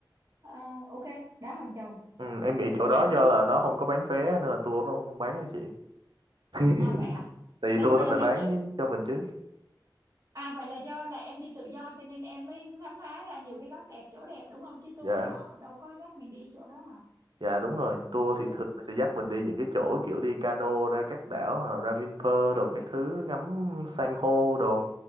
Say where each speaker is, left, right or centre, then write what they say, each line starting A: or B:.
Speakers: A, on the right; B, on the right.
A: ờ, ok đá Hòn Chồng
B: ừ, em nghĩ
A: rồi
B: chỗ
A: gì
B: đó
A: nữa ta
B: do là nó không có bán vé nên là tour nó không, không bán cho chị <laughs>
A: à vậy hả
B: tại vì
A: là
B: tour
A: là
B: nó phải
A: mình
B: bán
A: tự
B: cho mình chứ
A: à vậy là do là em đi tự do cho nên em mới khám phá ra nhiều cái góc đẹp chỗ đẹp đúng không chứ tour
B: dạ
A: họ đâu có dắt mình đi chỗ đó hả
B: Dạ đúng rồi, tour
A: được
B: thì thường là sẽ dắt
A: Để-
B: mình đi những cái chỗ kiểu đi cano ra các đảo hoặc là ra Vinpearl đồ các thứ ngắm san hô đồ